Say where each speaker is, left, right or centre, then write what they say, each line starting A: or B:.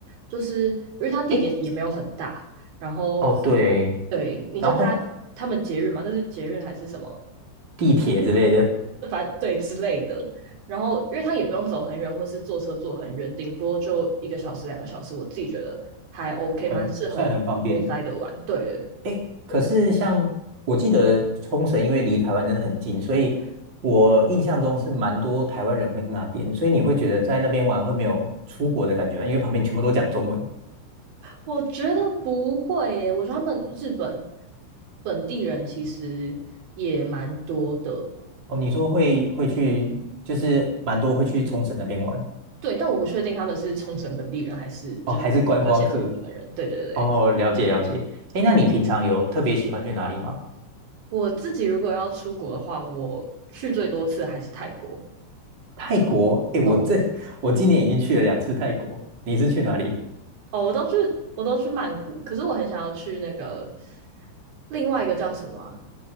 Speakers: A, on the right; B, on the right.
A: 就是因为它地点也没有很大，
B: 哎，
A: 然后
B: 哦对。
A: 对，你就搭他们捷运嘛，
B: 然后
A: 那是捷运还是什么
B: 地铁之类的。
A: 对之类的。然后，因为他也不用走很远，或是坐车坐很远，顶多就一个小时、两个小时，我自己觉得还 OK，
B: 很算很方便的。
A: 蛮适合悠哉的玩。对，
B: 诶，可是像我记得冲绳，因为离台湾真的很近，所以我印象中是蛮多台湾人会去那边，所以你会觉得在那边玩会没有出国的感觉吗？因为旁边全部都讲中文。
A: 我觉得不会耶，我觉得他们日本本地人其实也蛮多的，
B: 哦，你说会会去，就是蛮多会去冲绳那边玩。
A: 对，但我不确定他们是冲绳本地人还是就是其他县市的日本人。
B: 哦，还是观光客。
A: 对对对，
B: 哦，了解了解。诶，那你平常有特别喜欢去哪里吗？
A: 我自己如果要出国的话，我去最多次还是泰国。
B: 泰国？诶，我这我今年已经去了两次泰国，
A: 嗯，
B: 你是去哪里？
A: 哦，我都去，我都去曼谷，可是我很想要去那个另外一个叫什么啊